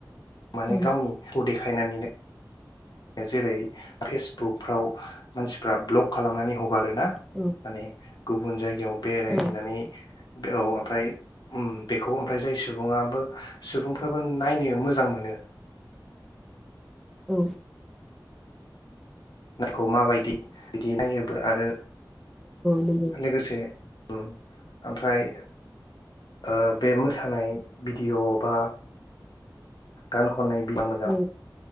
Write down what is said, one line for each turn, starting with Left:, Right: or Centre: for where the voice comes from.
Centre: नंगौ
Left: माने गावनि ह देखायनानै जेरै फेसबुकफ्राव मानसिफ्रा ब्लक खालामनानै हगारोना
Centre: औ
Left: माने गुबुन जायगायाव बेरायहैनानै
Centre: औ
Left: औ ओमफ्राय उम बेखौ ओमफ्राय जाय सुबुङाबो सुबुं फोराबो नायनो मोजां मोनो।
Centre: औ।
Left: नखौ माबायदि बिदि नायोब आरो
Centre: नंगौ
Left: लोगोसे उम ओमफ्राय ओ बे मोसानाय भिडिय' बा गान खननाय बिबां मोजां
Centre: औ